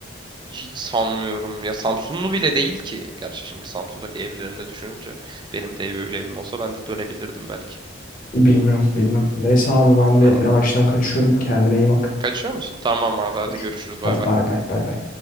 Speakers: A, on the right; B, on the left.
A: hiç sanmıyorum. Ya Samsunlu bile değil ki. Gerçi şimdi Samsun'daki evlerini düşününce benim de ev öyle evim olsa ben de dönebilirdim belki.
B: Bilmiyorum bilmiyorum. Neyse abi ben bir
A: Ya,
B: yavaştan kaçıyorum. Kendine iyi bak.
A: kaçıyor musun? Tamam abi hadi
B: Kaçıyorum.
A: görüşürüz bay
B: Hadi
A: bay.
B: bay bay bay bay.